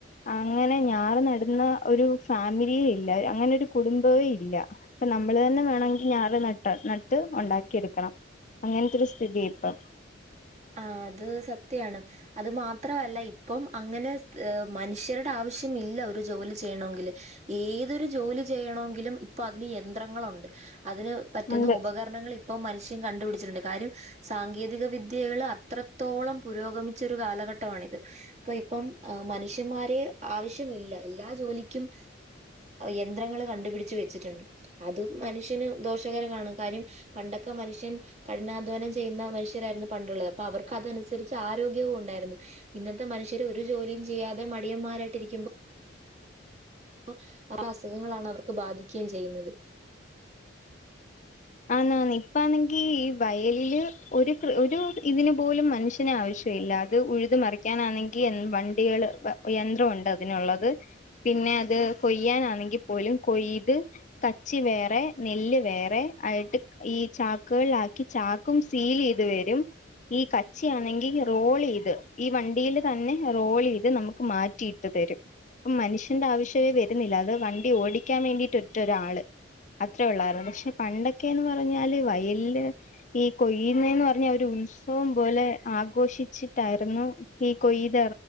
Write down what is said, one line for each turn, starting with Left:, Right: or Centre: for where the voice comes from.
Left: അങ്ങനെ ഞാറ് നടുന്ന ഒരു ഫാമിലിയേ ഇല്ല അങ്ങനെ ഒരു കുടുംബവേ ഇല്ല അപ്പം നമ്മള് തന്നെ വേണെങ്കിൽ ഞാർ ന <unintelligible> <unintelligible> ഉണ്ടാക്കി എടുക്കണം അങ്ങനത്തൊരു സ്ഥിതിയാ ഇപ്പം
Right: ആ അത് സത്യാണ് അത് മാത്രല്ല ഇപ്പം അങ്ങനെ മനുഷ്യരുടെ ആവശ്യം ഇല്ല ഒരു ജോലി ചെയ്യണമെങ്കില് ഏതൊരു ജോലി ചെയ്യണമെങ്കിലും ഇപ്പൊ അതിന് യന്ത്രങ്ങളുണ്ട് അതിന് പറ്റുന്ന
Left: ഉണ്ട്
Right: ഉപകരണങ്ങൾ ഇപ്പം മനുഷ്യ കണ്ടുപിടിച്ചിട്ടുണ്ട് കാര്യം സാങ്കേതിക വി വിദ്യകൾ അത്രത്തോളം പുരോഗമിച്ച ഒരു കാലഘട്ടമാണിത് ഇപ്പ ഇപ്പം മനുഷ്യന്മാര് ആവശ്യമില്ല എല്ലാ ജോലിക്കും യന്ത്രങ്ങൾ കണ്ടുപിടിച്ചു വെച്ചിട്ടുണ്ട് അതും മനുഷ്യന് ദോഷകരമാണ് കാര്യം പണ്ടൊക്കെ മനുഷ്യൻ കഠിനാധ്വാനം ചെയ്യുന്ന മനുഷ്യരായിരുന്നു പണ്ടുള്ളത് അപ്പൊ അവർക്ക് അതനുസരിച്ച് ആരോഗ്യവും ഉണ്ടായിരുന്നു ഇന്നത്തെ മനുഷ്യര് ഒരു ജോലിയും ചെയ്യാതെ മടിയന്മാരായിട്ടിരിക്കുമ്പോ അപ്പോ പല അസുഖങ്ങളാണ് അവർക്ക് ബാധിക്കുകയും ചെയ്യുന്നത്
Left: ആന്നാന്ന് ഇപ്പാണെങ്കി ഈ വയലില് ഒരു ഒരു ഇതിന് പോലും മനുഷ്യന് ആവശ്യമില്ല അത് ഉഴുത് മറിക്കാനാണെങ്കി വണ്ടികള് യന്ത്രംണ്ട് അതിനുള്ളത് പിന്നെ അത് കൊയ്യാനാണെങ്കിൽ പോലും കൊയ്ത് കച്ചി വേറെ നെല്ല് വേറെ ആയിട്ട് ഈ ചാക്കുകളിലക്കി ചാക്കും സീൽ ചെയ്ത് വരും ഈ കച്ചിയാണെങ്കിൽ റോൾ ചെയ്ത് ഈ വണ്ടിൽ തന്നെ റോൾ ചെയ്ത് നമുക്ക് മാറ്റിയിട്ട് തരും ഉം മനുഷ്യന്റെ ആവശ്യമേ വരുന്നില്ല അത് വണ്ടി ഓടിക്കാൻ വേണ്ടിട്ട ഒറ്റ ഒരാള് അത്ര ഉള്ളയിരുന്നു പക്ഷെ പണ്ടൊ ക്കെന്ന് പറഞ്ഞാല് വയല് ഈ കൊയുന്നെന്ന് പറഞ്ഞാൽ ഒരു ഉത്സവം പോലെ ആഘോഷിച്ചിട്ടായിരുന്നു ഈ കൊയ്തു